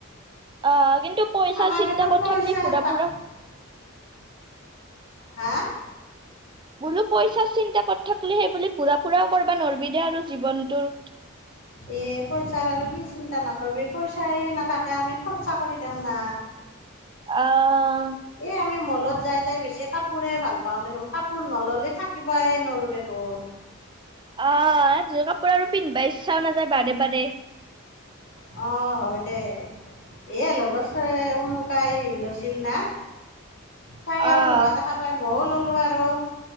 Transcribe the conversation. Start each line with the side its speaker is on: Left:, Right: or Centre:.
Right: অ, কিন্তু পইচা
Left: আমাৰ
Right: চিন্তা
Left: দেখোন
Right: কৰি
Left: পইচা
Right: থাকিলি ফুৰা
Left: তাক
Right: ফুৰা
Left: হা
Right: বোলো পইচা চিন্তা কত থাকিলে সেই বুলি ঘূৰা ফুৰাও কৰা নোৱাৰবি দে আৰু জীৱনটোৰ।
Left: এ পইচাৰ আৰু কি চিন্তা নকৰিবি পইচাই নাথাকে আমি খৰচা কৰি দিও না।
Right: অ
Left: এ আমি মলত যাই-যাই বেছি কাপোৰে ভাল পাওঁ দেখোন কাপোৰ নল'লে থাকিবাই নৰো দেখোন।
Right: অ', <unintelligible> কাপোৰ আৰু পিন্ধিবা ইচ্ছাও নাযায় বাৰে-বাৰে।
Left: অ', হয় দে এ লগৰ চ-অমুকাই লৈছিল না তাই আৰু
Right: আহ
Left: লৱা দেখা পাই মইও ল'লো ল আৰু